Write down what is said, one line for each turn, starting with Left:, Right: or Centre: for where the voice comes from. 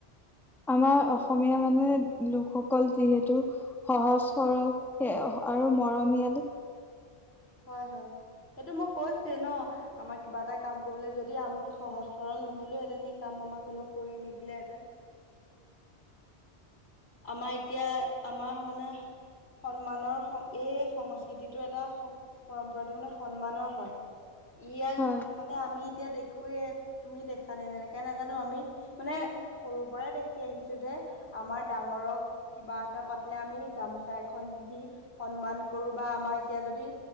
Centre: আমাৰ অসমীয়া মানুহে লোকসকল যিহেতু সহজ সৰল সেই-আৰু মৰমীয়াল।
Left: হয়-হয় সেইটো মই কৈছে ন' আমাৰ কিবা এটা কাম কৰিবলৈ যদি আমি সহজ সৰল নহ'লেওহেতেন সেই কাম আমাৰ কোননেও কৰি নিদিলেহেঁতেন। আমাৰ এতিয়া আমাৰ মানে সন্মানৰ এই সংস্কৃতিটো এটা পৰম্পৰাতটো মানে সন্মানৰ হয়, ইয়াক
Centre: হয়
Left: মানে এ আমি এতিয়া দেখুৱে, তুমি দেখা নে এনেকাকে নাজানো আমি মানে সৰুৰ পৰাই দেখি আহিছো যে আমাৰ ডাঙৰক কিবা এটা পাতলে আমি গামোচা এখন দি সন্মান কৰো বা আমাৰ এতিয়া যদি